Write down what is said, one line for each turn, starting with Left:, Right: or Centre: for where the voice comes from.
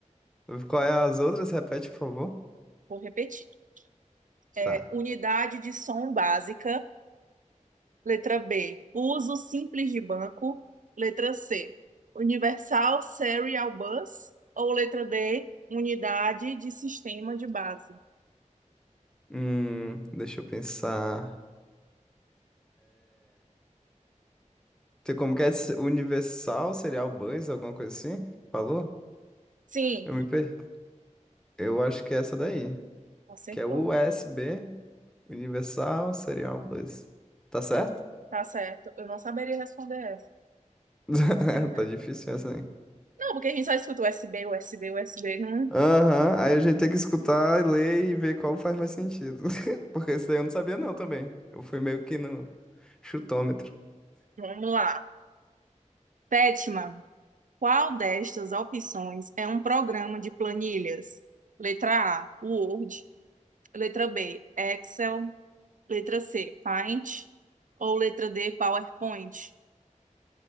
Centre: Qual é as outras? Repete, por favor.
Right: Vou repetir. É
Centre: Tá.
Right: unidade de som básica. Letra B, uso simples de banco. Letra C, universal serial bus. Ou letra D, unidade de sistema de base.
Centre: Hum, deixa eu pensar. Tem como que é? esse- Universal Serial Bus, alguma coisa assim? Falou?
Right: Sim,
Centre: Eu me perdi. Eu acho que é essa daí,
Right: acertou.
Centre: que é USB, Universal Serial Bus. Tá certo?
Right: Tá certo. Eu não saberia responder essa.
Centre: <laughs>
Right: <laughs>
Centre: Tá difícil essa aí.
Right: Não, porque a gente só escuta USB, USB, USB. Não.
Centre: Aham, aí a gente tem que escutar, ler e ver qual faz mais sentido. <laughs> Porque esse daí eu não sabia não também. Eu fui meio que no chutômetro.
Right: Vamos lá. Sétima, qual destas opções é um programa de planilhas? Letra A, Word. Letra B, Excel. Letra C, Paint. Ou letra D, PowerPoint.